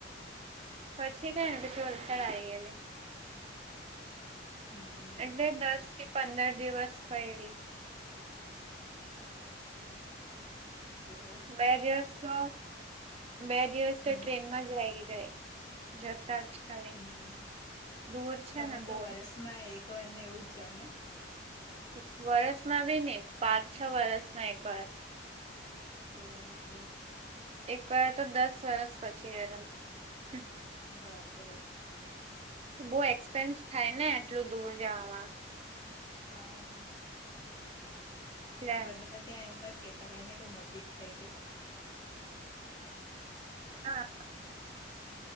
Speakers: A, on the right (about 35°); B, on the left (about 20°).
A: પછી કઈ ને પીછી ચડાય ગઈ ને
B: હમ્મ.
A: ને દસ થી પંદર દિવસ પહેલી
B: બો
A: બે દિવસ તો બે દિવસ તો
B: હમ
A: ટ્રેનમાં જ રહી જાય જતાજ ખાલી.
B: હમ
A: દૂર છે
B: તમે
A: ને
B: તો
A: બહુ
B: વરસમાં એક વાર ને એવું જ જાવ ને?
A: તો વરસમાં બી નહી પાંચ છ વરસમાં એક વાર.
B: પર બરાબર.
A: એક વાર તો દસ વરસ પછી ગયલા હમ્મ.
B: બાપરે.
A: બહુ એક્સપેન્સ થાય ને આટલું દૂર જાવામાં.
B: હા.
A: એટલે
B: બધા ત્યાં એમજ કેતા હોય ને કે મોટી થઈ ગઈ?
A: હા.